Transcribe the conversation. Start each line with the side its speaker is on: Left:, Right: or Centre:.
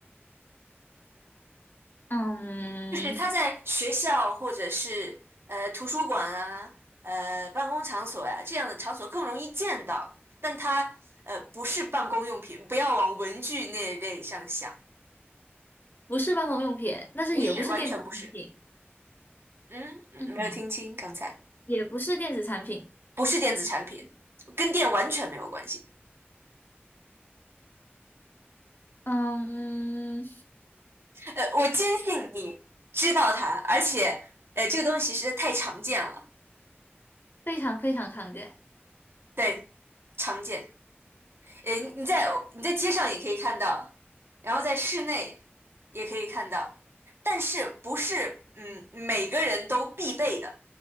Left: 嗯，
Right: 就是他在学校或者是呃图书馆啊、呃办公场所呀、这样的场所更容易见到，但它呃不是办公用品，不要往文具那一类上想，
Left: 不是办公用品，但是也不是电子产品，
Right: 不是，完全不是。嗯，嗯没有听清刚才，
Left: 嗯，也不是电子产品，
Right: 不是电子产品，跟电完全没有关系。
Left: 嗯，
Right: 呃，我坚信你知道它，而且呃这个东西实在太常见了，
Left: 非常非常常见。
Right: 对，常见。诶，你在你在街上也可以看到，然后在室内也可以看到，但是不是嗯每个人都必备的。